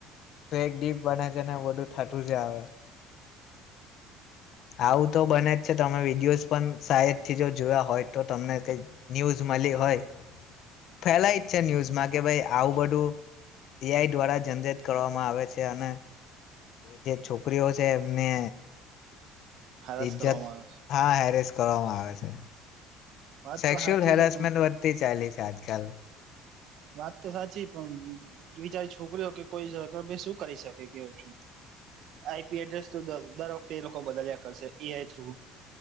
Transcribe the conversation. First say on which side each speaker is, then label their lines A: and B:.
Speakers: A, on the left (about 45°); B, on the right (about 50°).
A: ફેક એક ડીપ બને છે ને ઓર્ડર થતું છે આવે આવું તો બને જ છે તમે વિડીયોઝ પણ સાહેદથી જો જોયા હોય તો તમને કઈક ન્યૂઝ મળી હોય ફેલાય જ છે ન્યૂઝમાં કે ભાઈ આવું બધું એઆઈ દ્વારા જનરેટ કરવામાં આવે છે અને જે છોકરીઓ છે એમને
B: હરાસ
A: ઇજ્જત
B: કરવામાં આવે
A: હા હેરિસ કરવામાં આવે છે
B: વાત
A: સેક્સ્યુઅલ
B: તો સાચી
A: હેરાસમેન્ટ
B: છે પણ
A: વધતી ચાલી આજકાલ
B: વાત તો સાચી પણ બિચારી છોકરીઓ કે કોઈ શું કરી શકે કેવું, આઈપી એડ્રેસ તો દર વખતે એ લોકો બદલ્યા કરશે એઈઆઈ થ્રુ,